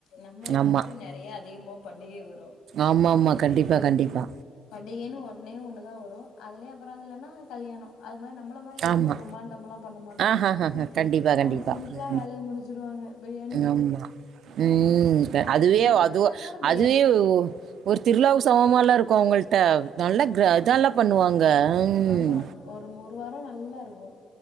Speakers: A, on the left (about 85°); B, on the right (about 70°).
A: நம்மளுக்காச்சு
B: ஆமா.
A: நெறைய அதிகமா பண்டிகை வரு
B: ஆமாமா.
A: அவுங்களுக்கு
B: கண்டிப்பா, கண்டிப்பா.
A: பண்டிகையின்னு ஒன்னே ஒண்னுதா வரு அதுலயே அப்புற இல்லன்னா கல்யாணோ அது மாரி நம் நம்மள மாரி ரொம்ப
B: ஆமா.
A: பிரம்மாண்டமாலா பண்ண மாட்டாங்க
B: ஆஹஹஹ. கண்டிப்பா,
A: அவுங்க
B: கண்டிப்பா.
A: சிம் பிள்ளா
B: ம்.
A: வேலைய முடிசுடுவாங்க பிரியாணிய
B: ஆமா.
A: போட்டு
B: ம்
A: அவங்களுக்கு
B: அதுவே
A: எந்த
B: அது
A: இதா
B: ஒ
A: இருந்தாலு பிரியாணி
B: அதுவே ஒரு திருழாவு சமமால்ல இருக்கு அவுங்கள்ட்ட நல்ல
A: ஆமா
B: கெ இதால்லா பண்ணுவாங்க ம்
A: ஆமா ஒரு மொரு வாரம் நல்லா இருக்கு